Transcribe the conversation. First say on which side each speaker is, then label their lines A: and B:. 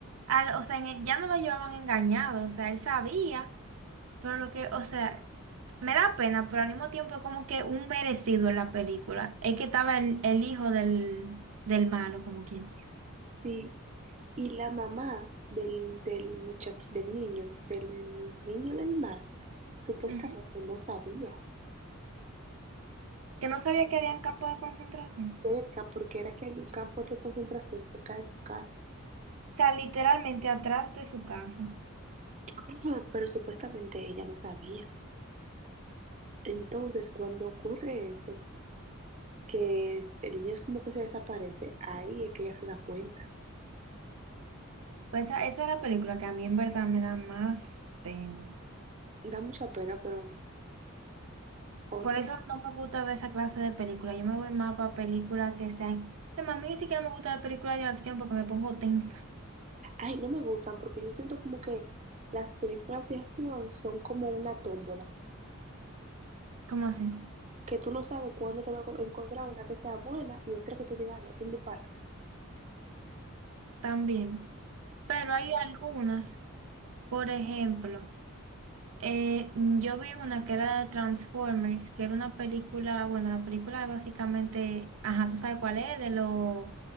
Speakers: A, on the right; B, on the right.
A: al- o sea, en él ya no lo llevaban engañado, o sea, él sabía. Pero lo que, o sea, me da pena, pero al mismo tiempo es como que un merecido en la película. Es que estaba el, el hijo del, del malo, como quien dice.
B: Sí, y la mamá del, del muchacho, del niño, del niño del malo, supuestamente
A: Ujú.
B: no sabía.
A: Que no sabía que había un campo de concentración.
B: cerca porque era que había un campo de concentración cerca de su casa,
A: Está literalmente atrás de su casa.
B: <clears throat> pero supuestamente ella no sabía. Entonces, cuando ocurre eso, que el niño es como que se desaparece, ahí es que ella se da cuenta.
A: Pues esa, esa es la película que a mí en verdad me da más pena.
B: Da mucha pena, pero otra,
A: Por eso no me gusta ver esa clase de película. Yo me voy más para películas que sean... Además, a mí ni siquiera me gusta ver películas de acción porque me pongo tensa.
B: ay, no me gustan porque yo siento como que las películas de acción son como una tómbola,
A: ¿Cómo así?
B: que tú no sabes cuándo te va a encontrar una que sea buena y otra que tú digas, "Ah, no, es un disparate.
A: También. Pero hay algunas. Por ejemplo, eh, mm, yo vi una que era de Transformers, que era una película, bueno, la película es básicamente, ajá, tú sabes cuál es, de los